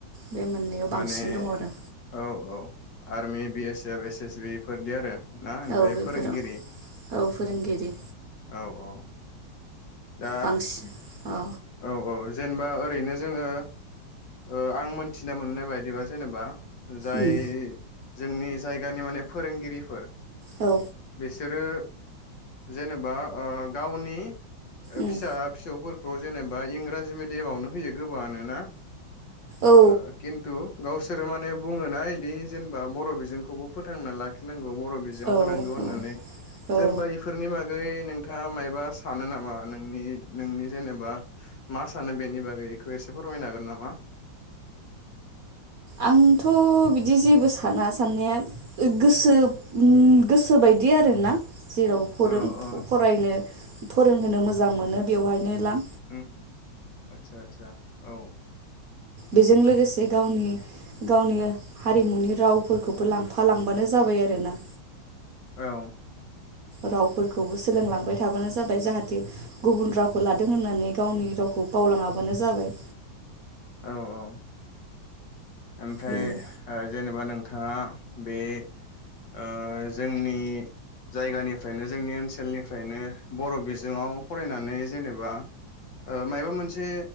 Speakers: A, on the right; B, on the left.
A: बे मोननैयाव बांसिन
B: माने
A: दङ आरो
B: औ औ army B S F S S B इफोरदि आरो ना ओमफ्राय
A: औ बेफोराव
B: फोरोंगिरि
A: औ फोरोंगिरि
B: औ औ दा
A: बांसिन औ
B: औ औ जेनेबा ओरैनो जोङो ओ आं मोनथिनो मोननाय बायदिबा जेनेबा जाय
A: उम
B: जोंनि जायगानि माने फोरोंगिरिफोर
A: औ
B: सोरो जेनेबा ओ गावनि ओ
A: उम
B: फिसा फिसौफोर जेनेबा इंराजि मिडियामावनो होयो गोबावनो ना
A: औ
B: ओ खिन्थु गावसोरो माने बुङोना इदि जेनेबा बर' बिजोंखौबो फोथांना लाखिनांगौ गौ बर'
A: औ
B: होनांगौ होननानै
A: औ
B: जेनेबा
A: औ
B: इफोरनि बा गै नोंथाङा मायबा सानो नामा नोंनि नोंनि जेनेबा मा सानो बेनि बागै इखौ एसे फोरमायनो हागोन नामा
A: आंथ' बिदि जेबो साना साननाया गोसो गोसोबायदि आरोना जेराव हरदों
B: औ औ
A: फरायनो फोरोंहोनो मोजां मोनो बेवहायनो लां
B: ओम आदसा आदसा औ
A: बेजों लोगोसे गावनि गावनि हारिमुनि रावफोरखौबो लांफा लांबानो जाबाय आरोना
B: औ
A: रावफोरखौबो सोलोंलांबाय थाबानो जाबाय जाहाथे गुबुन रावखौ लादों होननानै गावनि रावखौ बावलाङाबानो जाबाय
B: औ औ ओमफ्राय
A: बेनो
B: ओ जेनेबा नोंथाङा बे ओ जोंनि जायगानिफ्रायनो जोंनि ओनसोलनिफ्रायनो बर' बिजोंआव फरायनानै जेनेबा ओ मायबा मोनसे